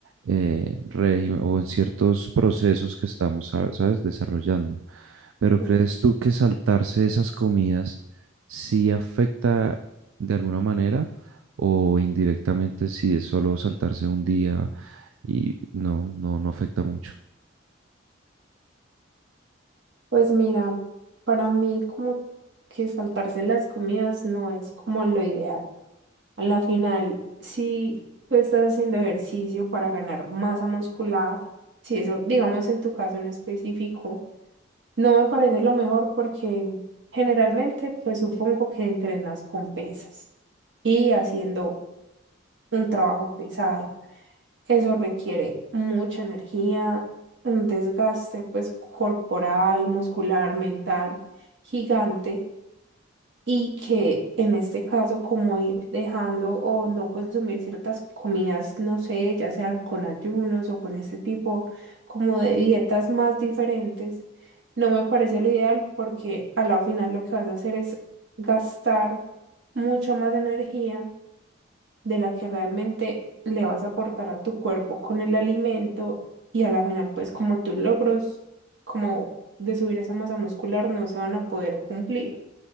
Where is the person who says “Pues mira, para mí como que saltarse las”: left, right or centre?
Right